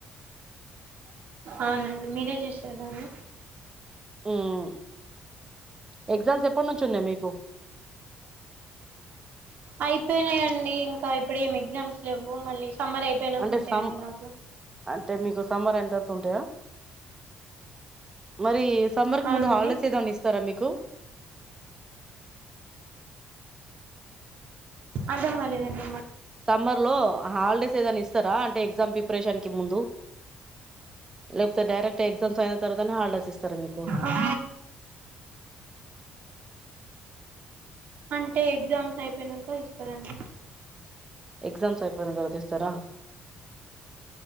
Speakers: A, on the right; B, on the right.
A: అవునండి మీరే చేసారా అండి
B: హ్మ్ ఎగ్జామ్స్ ఎప్పట్నుంచి ఉన్నయ్ మీకు
A: అయిపోయినయండీ ఇంకా ఇప్పుడు ఏమి ఎగ్జామ్స్ లేవ్వు మళ్ళి సమ్మర్ అయిపోయినకుంటయండి
B: అంటే సమ్
A: నాకు
B: అంటే మీకు సమ్మర్ ఎండ్ అవుతుంటాయా మరి సమ్మర్ కి
A: అవునండి
B: ముందు హాలిడేస్ ఏదనా ఇస్తారా మీకు
A: అర్ధం కాలేదండీ
B: సమ్మర్ లో హాలిడేస్ దని ఇస్తారా అంటే ఎగ్జామ్ ప్రిపరేషన్ కి ముందు లేకపోతే డైరెక్ట్ ఎగ్జామ్స్ అయిన తర్వాతని హాలిడేస్ ఇస్తారా మీకు కు
A: ఆ అంటే ఎగ్జామ్స్ అయిపోయిన ఇస్తారండి
B: ఎక్జామ్స్ అయిపోయినా తర్వాత ఇస్తారా